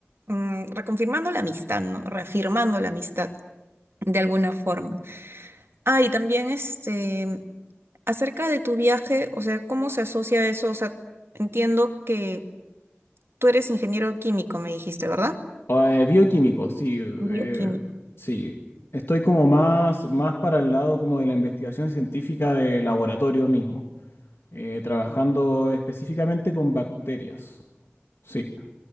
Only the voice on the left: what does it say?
Eh, bioquímico, sí, eh,
sí. Estoy como más, más para el lado como de la investigación científica de laboratorio mismo. eh, trabajando específicamente con bacterias. Sí.